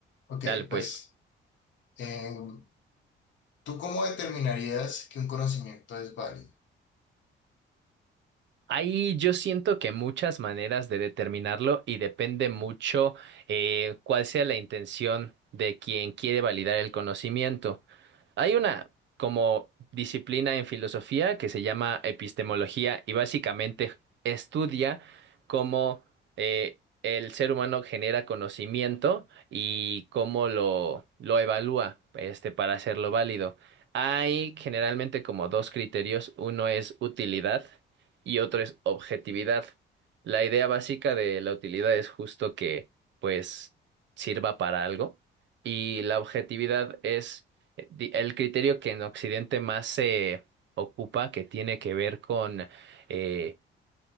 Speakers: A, on the left; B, on the right.
A: Ok,
B: Dale, pues.
A: pues, em, ¿tú cómo determinarías que un conocimiento es válido?
B: Ahí yo siento que muchas maneras de determinarlo y depende mucho eh, cuál sea la intención de quien quiere validar el conocimiento. Hay una como disciplina en filosofía que se llama epistemología y básicamente estudia cómo eh, el ser humano genera conocimiento y cómo lo, lo evalúa este, para hacerlo válido. Hay generalmente como dos criterios, uno es utilidad y otro es objetividad. La idea básica de la utilidad es justo que pues sirva para algo y la objetividad es eh, di- El criterio que en Occidente más se ocupa, que tiene que ver con eh,